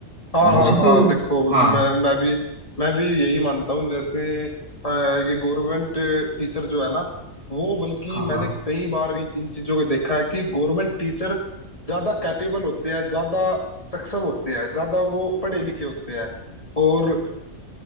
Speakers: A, on the left; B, on the right.
A: हाँ
B: मुझे
A: हाँ हाँ
B: तो
A: देखो
B: हाँ
A: मैं मैं भी मैं भी यही मानता हूँ जैसे अ, ये गवर्नमेंट टीचर जो है ना वो बल्कि
B: हाँ
A: मैंने
B: हाँ
A: कई बार इन चीजों को देखा है कि गवर्नमेंट टीचर ज्यादा कैपेबल होते हैं ज्यादा सक्षम होते हैं ज्यादा वो पढ़े लिखे होते हैं और अ,